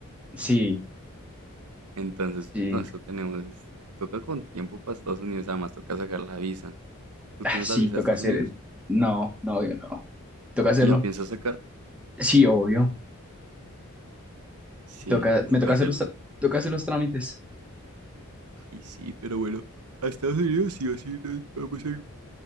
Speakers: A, in the centre; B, on the right.
A: Sí,
B: Entonces,
A: sí.
B: no, eso tenemos, es- toca con tiempo para Estados Unidos, además toca sacar la visa. ¿Tú
A: Ah,
B: tienes
A: Sí,
B: la visa
A: toca
B: de Estados
A: hacer.
B: Unidos?
A: No, no, yo no. Toca hacerlo.
B: ¿Y la piensas sacar?
A: Sí, obvio.
B: Sí,
A: Toca,
B: toca
A: me toca
B: hacerla.
A: hacer los, tra- toca hacer los trámites.
B: Ay, sí, pero bueno, a Estados Unidos sí o sí nos vamos a...